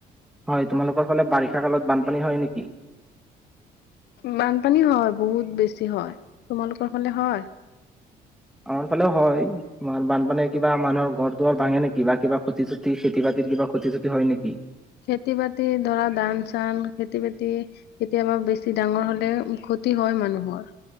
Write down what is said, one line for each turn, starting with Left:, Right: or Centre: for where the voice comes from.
Centre: হয় তোমালোকৰ ফালে বাৰিষা কালত বানপানী হয় নেকি
Left: বানপানী হয় বহুত বেছি হয় তোমালোকৰ ফালে হয়
Centre: আমাৰ ফালেও হয় বানপানীয়ে কিবা মানুহৰ ঘৰ দুৱাৰ ভাঙে নেকি বা কিবা ক্ষতি চতি খেতি বাতিৰ কিবা ক্ষতি চতি হয় নেকি
Left: খেতি বাতি ধৰা ধান চান খেতি বাতি কেতিয়াবা বেছি ডাঙৰ হলে ক্ষতি হয় মানুহৰ